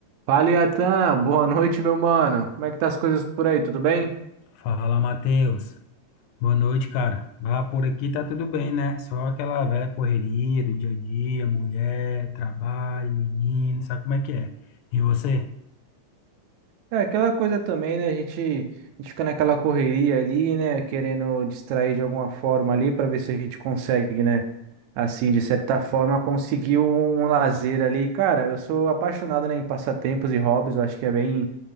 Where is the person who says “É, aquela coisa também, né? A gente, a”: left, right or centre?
Right